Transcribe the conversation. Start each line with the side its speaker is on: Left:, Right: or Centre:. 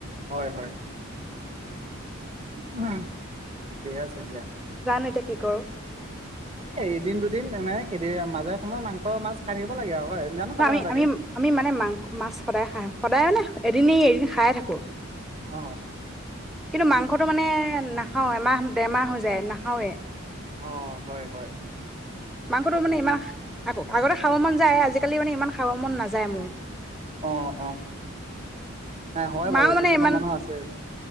Right: হয় হয়। উমহোঁ, ঠিকেই আছে দিয়া।
Centre: জানো এতিয়া কি কৰো
Right: এ, এদিন-দুদিন মানে <unintelligible> মাজে সময়ে মাংস মাছ খাই থাকিব লাগে আৰু। হয় ইমানো খাব
Centre: ন আমি
Right: নালাগে
Centre: আমি আমি মানে মাং মাছ সদায় খাই সদায় মানে এদিন এৰি এদিন খাইয়ে থাকো।
Right: অঁহ।
Centre: কিন্তু মাংসটো মানে নাখাও, এমাহ-ডেৰমাহ হৈ যায় নাখাওৱে।
Right: অ' হয় হয়।
Centre: মাংসটো মানে আকৌ আগতে খাব মন যাই আজিকালি মানে ইমান খাব মন নাযায় মোৰ।
Right: অ অ নাই হয়
Centre: মাও
Right: বাৰু
Centre: মানে
Right: কিছুমান
Centre: ইমান
Right: মানুহ আছে